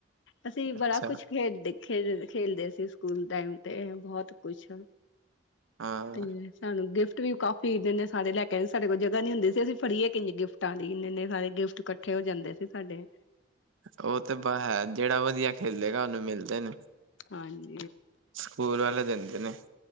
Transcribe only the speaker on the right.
ਅੱਛਾ
ਹਾਂ
ਉਹ ਤੇ ਹੈ। ਜਿਹੜਾ ਵਧੀਆ ਖੇਲੇਗਾ, ਉਹਨੂੰ ਮਿਲਦੇ ਨੇ।
ਸਕੂਲ ਵਾਲੇ ਦਿੰਦੇ ਨੇ